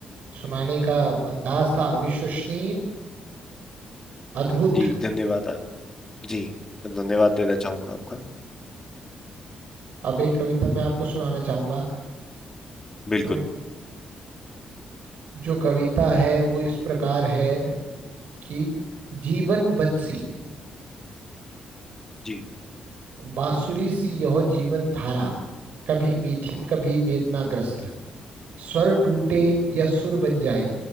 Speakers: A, on the right; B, on the left.
A: सुनाने का अंदाज था अविश्वसनीय अद्भुत
B: जी धन्यवाद आप जी मैं धन्यवाद देना चाहूंगा आपका
A: अब एक कविता मैं आपको सुनाना चाहूंगा
B: बिल्कुल
A: जो जो कविता है वो इस प्रकार है कि जीवन बंसी
B: जी
A: बांसुरी सी यह जीवन धारा कभी मीठी कभी वेदनाग्रस्त स्वर टूटे या सुर बन जाए